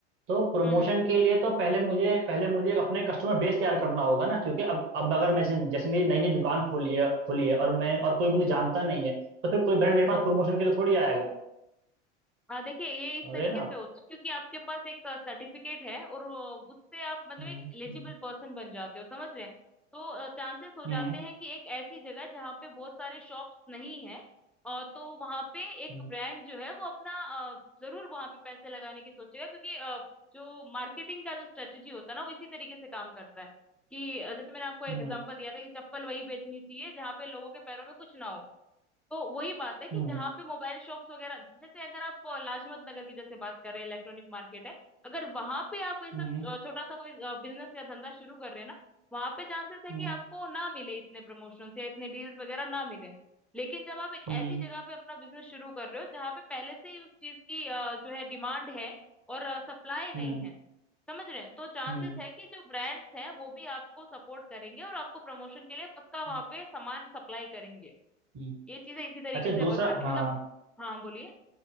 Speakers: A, on the right; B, in the centre.
A: तो प्रमोशन
B: हम्म
A: के लिए तो पहले मुझे पहले मुझे अपने कस्टमर बेस तैयार करना होगा ना क्योंकि अब अब अगर मैं जैसे जैसे मेरी नई नई दुकान खोली है खोली है और मैं और कोई मुझे जानता नहीं है तो फिर कोई ब्रांड मेरे
B: हम्म
A: पास प्रमोशन के लिए थोड़ी आएगा
B: हाँ देखिए ये इस
A: समझ
B: तरीके
A: रहे हैं ना आप
B: से होता है क्योंकि आपके पास एक सर्टिफिकेट है और अ, उससे आप मतलब
A: हम्म
B: एक एलिजिबल पर्सन बन जाते हो समझ रहे हैं तो चांसेस हो जाते
A: हम्म
B: हैं कि एक ऐसी जगह जहाँ पे बहुत सारे शॉप्स नहीं है और तो वहाँ पे एक
A: हम्म
B: ब्रांड जो है वो अपना अ, जरूर वहाँ पे पैसे लगाने की सोचेगा क्योंकि अ, जो मार्केटिंग का जो स्ट्रेटेजी होता है ना वो इसी तरीके से काम करता है कि अ, जैसे मैंने आपको एग्जांपल
A: हम्म
B: दिया था कि चप्पल वहीं बेचनी चाहिए जहाँ पे लोगों के पैरों में कुछ ना हो तो वही बात है कि
A: हम्म
B: जहाँ पे मोबाइल शॉप्स वगैरह जैसे अगर आप अ, लाजपत नगर की जैसे बात कर रहे हैं इलेक्ट्रॉनिक मार्केट है अगर वहां पे आप ये सब
A: हम्म हम्म
B: अ, छोटा सा कोई बिजनेस या धंधा शुरू कर रहे हैं ना वहां पे चांसेस है
A: हम्म
B: कि आपको ना मिले इतने प्रमोशंस या इतने डील्स वगैरह ना मिले लेकिन जब आप एक
A: हम्म
B: ऐसी जगह पे अपना बिजनेस शुरू कर रहे हो जहाँ पे पहले से ही उस चीज की अ, जो है डिमांड है और सप्लाई नहीं
A: हम्म
B: है समझ रहे हैं तो चांसेस
A: हम्म,
B: है कि जो ब्रांड्स हैं वो भी आपको सपोर्ट करेंगे और आपको प्रमोशन के लिए पक्का वहां
A: हम्म,
B: पे सामान सप्लाई करेंगे
A: हम्म।
B: ये चीजें इसी तरीके
A: अच्छा
B: से
A: दूसरा
B: वर्क करती
A: हाँ
B: है मतलब हाँ बोलिए